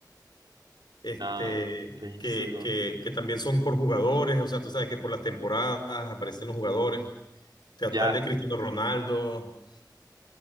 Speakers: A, on the left (about 90°); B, on the right (about 85°).
A: este,
B: Ah, pc
A: que,
B: dos
A: que, que también son por jugadores, o sea, tú sabes que por las temporadas aparecen los jugadores. Hasta
B: Ya.
A: el de Cristiano Ronaldo,